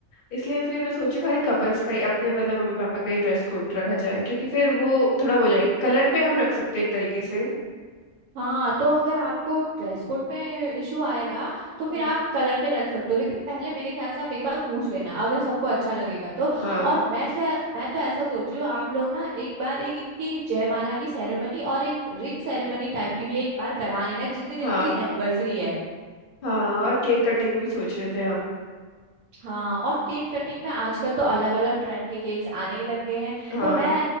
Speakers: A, on the left; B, on the right.
A: इसलिए फिर मैं सोचू खाली कपल्स का ही अपने मतलब मम्मी पापा का ही ड्रेस कोड रखा जाए क्योंकि फिर वो थोड़ा वो हो जाएगा कलर पे हम रख सकते हैं एक तरीके से
B: हाँ तो अगर आपको ड्रेस कोड पे इशू आएगा तो फिर
A: हम्म।
B: आप कलर पे रख सकते हो लेकिन पहले मेरे ख्याल से आप एक बार पूछ लेना अगर सबको अच्छा लगेगा तो
A: हाँ
B: और मैं से मैं तो ऐसा सोच रही हूँ आप लोग ना एक बार एक इनकी जयमाला की सेरेमनी और एक रिंग सेरेमनी टाइप की भी एक बार करा लेना जिस दिन
A: हाँ
B: इनकी एनिवर्सरी है
A: हाँ और केक कटिंग भी सोच रहे थे हम
B: हाँ और केक कटिंग में आजकल तो अलग अलग ट्रेंड के केक्स आने ही लग गए हैं
A: हाँ
B: तो मैं